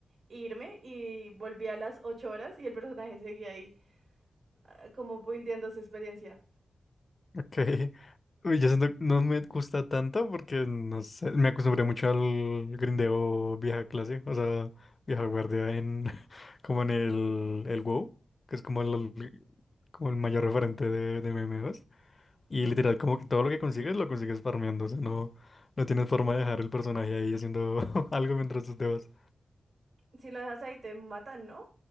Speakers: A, on the right; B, on the left.
A: e irme y volví a las 8 horas y el personaje seguía ahí, ah, como buildeando su experiencia.
B: <laughs> Ok. Uy, yo siento que no me gusta tanto porque no sé, me acostumbré mucho al grindeo vieja clase, o sea, vieja guardia en <laughs> como en el, el WoW, que es como el, como el mayor referente de, de MMOs. Y literal, como que todo lo que consigues lo consigues farmeando. O sea, no, no tienes forma de dejar el personaje ahí haciendo <laughs> algo mientras tú te vas.
A: Si lo dejas ahí te matan, ¿no?